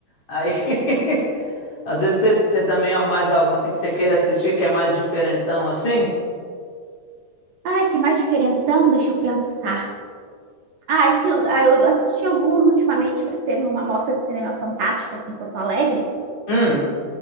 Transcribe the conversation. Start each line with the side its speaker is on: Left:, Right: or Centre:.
Left: Aí, <laughs> às vezes você, você também há mais algum assim que você queira assistir que é mais diferentão assim?
Right: Ai, que mais diferentão, deixa eu pensar. Ah, é que eu, ah, eu assisti alguns ultimamente, porque teve uma mostra de cinema fantástico aqui em Porto Alegre,
Left: Hum,